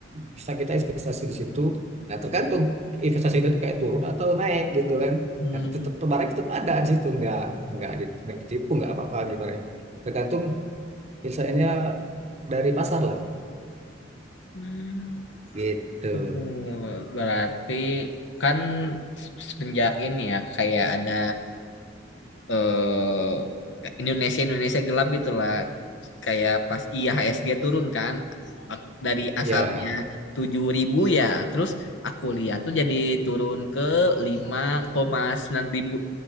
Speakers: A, on the right; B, on the left.
A: bisa kita investasi di situ. Nah tergantung investasi itu kayak turun atau naik gitu kan.
B: Hmm.
A: Nah tetap barang tetap ada di situ, nggak nggak di- nggak ditipu, nggak apa-apa gimana. Tergantung misalnya dari pasar lah
B: Hmm.
A: gitu.
B: Hmm, Berarti kan se- semenjak ini ya kayak ada eh Indonesia Indonesia gelap gitulah kayak pas IHSG turun kan ak- dari
A: Ya,
B: asalnya 7.000 ya terus aku lihat tuh jadi turun ke lima koma sembilan ribu